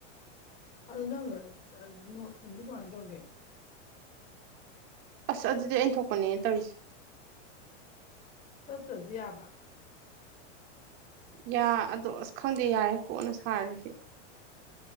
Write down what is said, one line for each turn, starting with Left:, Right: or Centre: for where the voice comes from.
Left: ꯑ ꯉꯪꯒ ꯅꯣꯡꯁ ꯀꯉ ꯇꯣꯒꯦ
Right: ꯑꯁ ꯑꯗꯨꯗꯤ ꯑꯩꯅ ꯊꯣꯛꯄꯅꯦ ꯇꯧꯔꯤꯁꯦ
Left: ꯇꯠ ꯌꯥ ꯌꯥꯕ
Right: ꯌꯥ ꯑꯗꯣ ꯑꯁ ꯈꯪꯗꯦ ꯌꯥꯔꯦ ꯀꯣꯟꯅ ꯁꯥꯔꯤꯁꯦ